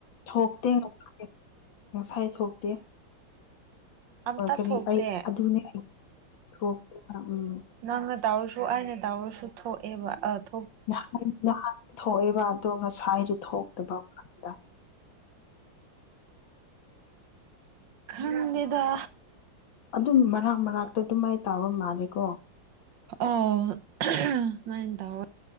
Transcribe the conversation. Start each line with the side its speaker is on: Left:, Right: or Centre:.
Left: ꯊꯣꯛꯇꯦ꯫ <unintelligible> ꯉꯁꯥꯏ ꯊꯣꯛꯇꯦ
Right: ꯑꯝꯇ
Left: ꯍꯣꯏ ꯀꯔꯤ
Right: ꯊꯣꯛꯇꯦ
Left: ꯑꯩ ꯑꯗꯨꯅꯦ ꯑꯩ ꯊꯣꯛꯇꯦꯕ ꯎꯝ
Right: ꯅꯪ ꯫ ꯇꯥꯎꯔꯁꯨ ꯑꯩꯅ ꯇꯥꯎꯔꯁꯨ ꯊꯣꯛꯑꯦꯕ ꯑꯠ
Left: <unintelligible> <inaudible> ꯊꯣꯛꯑꯦꯕ ꯑꯗꯣ ꯉꯁꯥꯏꯗꯨ ꯊꯣꯛꯇꯕ ꯀꯥꯟꯗ
Right: ꯈꯪ ꯗꯦꯗꯥ!
Left: ꯑꯗꯨꯝ ꯃꯔꯛ- ꯃꯔꯛꯇ ꯑꯗꯨ ꯇꯧꯕ ꯃꯥꯂꯦꯀꯣ꯫
Right: ꯎꯝ ꯁꯨꯃꯥꯏꯅ ꯇꯧꯋꯦ꯫